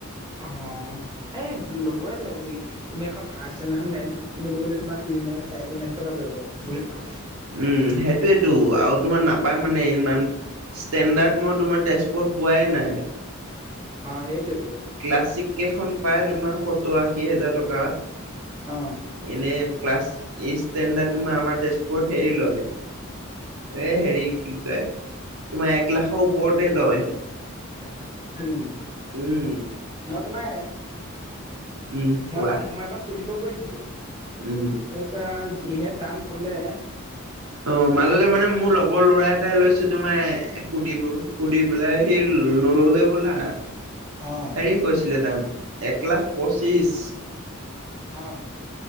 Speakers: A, on the right; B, on the right.
A: অ', এই ল'বয়েটো আজিকালি। তুমি এখন ফাৰ্চ ষ্টেণ্ডাৰ্ড খন গাড়ী এখন কিনিব গ'লে, তোমাৰ তিন লাখ চাৰে তিন লাখ টকা পৰিব বুলেটখন।
B: উম, সেইটোৱেটো, আৰু তোমাৰ নাপায় মানে ইমান ষ্টেণ্ডাৰ্ড, মই তোমাৰ তেজপুৰত পোৱাই নাই।
A: অ'! সেইটোৱেতো।
B: ক্লাছিক কেইখন পাই তোমাৰ, সত্তৰ-আশী হাজাৰ টকাত।
A: অ
B: এনে, ক্লাছ ইষ্টেণ্ডাৰ্ডটো তোমাৰ, আমাৰ তেজপুৰত, হেৰি লয়। এ হেৰি, কি কয়! তোমাৰ এক লাখৰ ওপৰতে, লয়।
A: <unintelligible> নেকি?
B: উম
A: মই তোমাৰ,
B: উম কোৱা
A: মই এবাৰ, মই এবাৰ সুধিব গৈছিলোঁ।
B: উম!
A: <unintelligible> যিহে দাম ক'লে!
B: অ'! মাজতে মানে, মোৰ লগৰ ল'ৰা এটাই লৈছে, তোমাৰ সুধিব, সুধি বোলাই সেই, নল'লে হ'বলা।
A: অ'!
B: সি কৈছিলে দাম! এক লাখ পঁচিছ।
A: অ'!